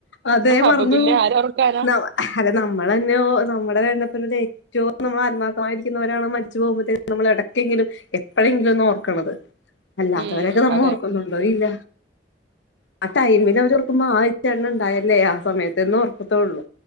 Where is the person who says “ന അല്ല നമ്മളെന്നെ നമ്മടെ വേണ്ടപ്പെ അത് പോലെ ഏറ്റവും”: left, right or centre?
Left